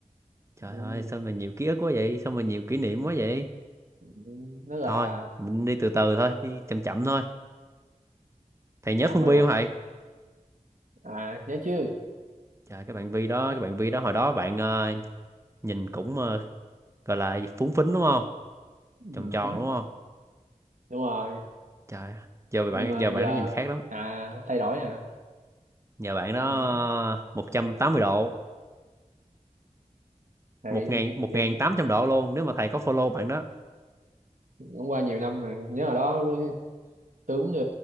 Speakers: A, on the right (about 20°); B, on the right (about 70°).
A: Trời
B: ừ.
A: ơi, sao mà nhiều ký ức quá vậy? Sao mà nhiều kỷ niệm quá vậy?
B: ừ, nó là
A: Thôi, mình đi từ từ thôi, đi chậm chậm thôi. Thầy nhớ
B: nhầm
A: Phương
B: rồi
A: Vi
B: à,
A: không thầy?
B: à nhớ chứ
A: Trời, cái bạn Vi đó, cái bạn Vi đó hồi đó bạn ờ, nhìn cũng ờ, gọi là phúng phính đúng không?
B: ừ.
A: Tròn tròn
B: hứ,
A: đúng không?
B: đúng rồi
A: Trời, giờ
B: nhưng
A: bạn
B: mà
A: giờ
B: giờ
A: bạn nó nhìn khác lắm.
B: à thay đổi hả
A: Giờ bạn đó
B: ừ.
A: ờ, 180 độ,
B: thì
A: một một ngàn một
B: thì
A: ngàn tám trăm độ luôn nếu mà thầy có follow bạn đó.
B: cũng qua nhiều năm mà nhớ hồi đó tướng ờ,